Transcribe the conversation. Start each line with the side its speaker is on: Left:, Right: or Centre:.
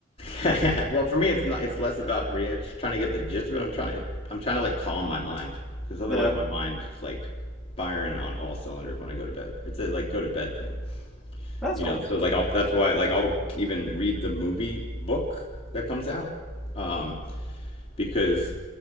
Left: <laughs> well, for me, it's not. It's less about reading. It's just trying to get the gist of it. I'm trying to I'm trying to like calm my mind because otherwise
Centre: Yeah.
Left: my mind's just like firing on all cylinders when I go to bed. It's a like go to bed thing.
Centre: That's
Left: you
Centre: cool.
Left: know so like I'll, that's why like i'll even read the movie book that comes out um because